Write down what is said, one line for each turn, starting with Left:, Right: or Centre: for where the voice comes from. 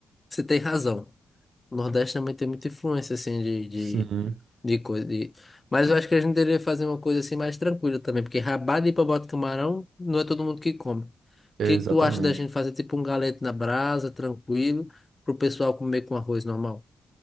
Left: você tem razão. O Nordeste também tem muita influência, assim, de,
Right: Sim,
Left: De coisa de... Mas eu acho que a gente deveria fazer uma coisa assim mais tranquila também, porque rabada e papote de camarão não é todo mundo que come. O
Right: é
Left: que
Right: exatamente.
Left: que tu acha da gente fazer tipo um galeto na brasa, tranquilo, pro pessoal comer com arroz normal?